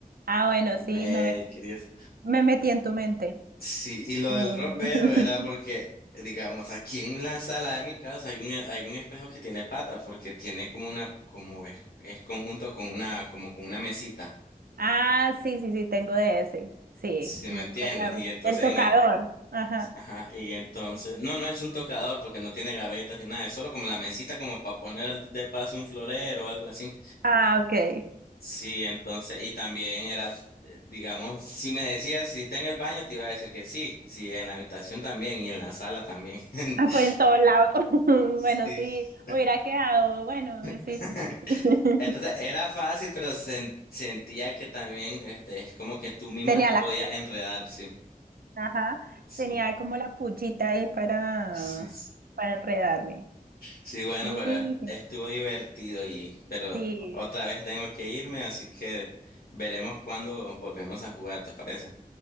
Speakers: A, on the right (about 85°); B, on the left (about 85°).
A: Ah, bueno, sí,
B: Makeries.
A: me, met- me metí en tu mente.
B: Sí, y lo
A: Mm.
B: del ropero
A: <laughs>
B: era porque, digamos, aquí en la sala de mi casa hay un, hay un espejo que tiene patas porque tiene como una, como es, es conjunto con una, como con una mesita.
A: Ah, sí, sí, sí, tengo de ese. Sí,
B: ¿Sí
A: como
B: me entiendes?
A: con la-
B: Y entonces
A: el tocador.
B: en el
A: Ajá.
B: Ajá, y entonces, no, no es un tocador porque no tiene gavetas ni nada, es solo como la mesita como para poner al- de paso un florero o algo así.
A: Ah, ok.
B: Sí, entonces, y también era, eh, digamos, si me decías si está en el baño, te iba a decir que sí, sí, en la habitación también y en la sala también. <laughs>
A: Ah, pues en todos lados. <laughs>
B: Sí.
A: Bueno, sí, hubiera quedado, bueno, sí,
B: <laughs>
A: sí, sí, sí.
B: Entonces, era fácil, pero sen- sentía que también este, es como que tú
A: <laughs>
B: misma
A: Tenía
B: te
A: la,
B: podías enredar, sí,
A: Ajá,
B: sí,
A: tenía como la pullita ahí para,
B: sí.
A: para enredarme.
B: Sí, bueno,
A: Y-
B: pero estuvo divertido y, pero
A: Sí,
B: otra vez tengo que irme, así que veremos cuándo volvemos a jugar, ¿te parece?